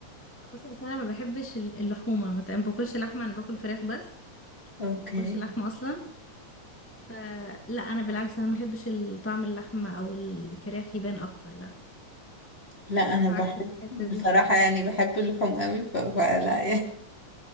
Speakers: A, in the centre; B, on the left.
A: بصي اصل انا ما بحبش ال- اللحومه مثلا ما باكلش لحمه انا باكل فراخ بس
B: اوكي
A: ما باكلش لحمه اصلا فلا انا بالعكس انا ما بحبش ال- طعم اللحمه او الفراخ يبان اكتر لا
B: لا انا
A: فعكسك
B: بحب
A: في الحته
B: بصراحة
A: دي
B: يعني بحب اللحوم قوي ف- فلا يعني